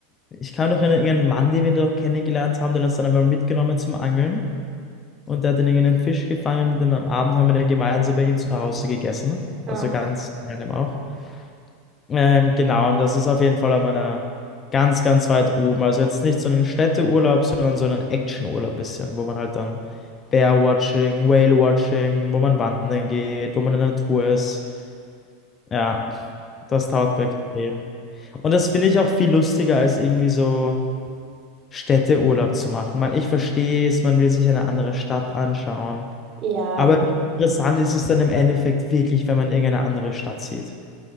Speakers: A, on the left; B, on the right.
A: ich kann noch erinnern, irgendeinen Mann, den wir dort kennengelernt haben, den uns dann aber mitgenommen zum Angeln. Und der hat dann irgendeinen Fisch gefangen. Dann am Abend haben wir den gemeinsam bei ihm zu Hause gegessen. Also
B: ja,
A: ganz random auch. Ähm, genau, und das ist auf jeden Fall an meiner ganz, ganz weit oben. Also jetzt nicht so einen Städteurlaub, sondern so einen Actionurlaub bisschen, wo man halt dann Bear-Watching, Whale-Watching, wo man wandern geht, wo man in der Natur ist. Ja, das taugt mir extrem. Und das finde ich auch viel lustiger, als irgendwie so Städteurlaub zu machen. Man, ich verstehe es, man will sich eine andere Stadt anschauen.
B: ja, ja.
A: Aber wie interessant ist es dann im Endeffekt wirklich, wenn man irgendeine andere Stadt sieht?